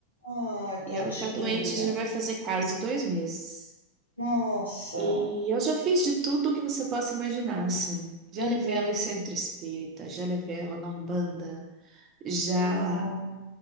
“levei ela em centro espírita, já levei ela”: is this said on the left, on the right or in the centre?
Right